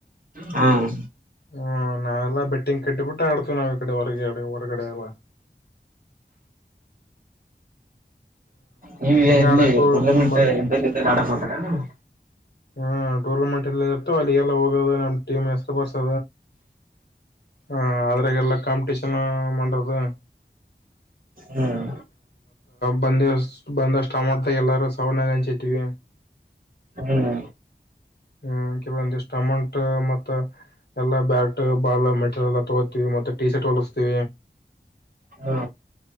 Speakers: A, on the right; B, on the left.
A: ಹ್ಮ.
B: ಹ್ಮ ನಾವೆಲ್ಲಾ ಬೆಟ್ಟಿಂಗ್ ಕಟ್ಟಿಬಿಟ್ಟ ಆಡ್ತವ ನಾವ. ಡೆ ಹೊರಗಡೆ ಹೊರಗಡೆವಾ.
A: ನೀವ ಎಲ್ಲಿ
B: ಆಡಕ್ ಹೋಗ
A: ಟೂರ್ನಾಮೆಂಟ್
B: ಮತ್
A: <unintelligible> ಹೊಂಟಾರ್ ಏನ್.
B: ಹ್ಮ ಟೂರ್ನಮೆಂಟ್ ಎಲ್ಲ ಇರ್ತವೆ ಅಲ್ಲಿ ಎಲ್ಲ ಹೋಗೋ ನಮ್ ಟೀಮ್ ಹೆಸರ ಬರ್ಸಿ. ಹ ಅದ್ರಾಗಲ್ಲ ಕಾಂಪಿಟಷನ್ ಮಾಡುಂದ.
A: ಹ್ಮ್.
B: ಬಂದ ಬಂದಷ್ಟ ಅಮೌಂಟ್ ಎಲ್ಲಾರು ಸಾವನಾಗ ಹಂಚಿದವಿ
A: ಹ್ಮ್.
B: ಹ್ಮ್ ಕೆಲವಂದ ಸ್ಟಮಂಟ್ ಮತ್ತ ಎಲ್ಲಾ ಬ್ಯಾಟ್ ಬಾಳ ಮೆಟರಿಯಲ್ ಎಲ್ಲ ತಗೋತಿವಿ. ಮತ್ತೆ ಟೀ ಶರ್ಟ್ ಹೊಲಸ್ತೀ.
A: ಹಾ.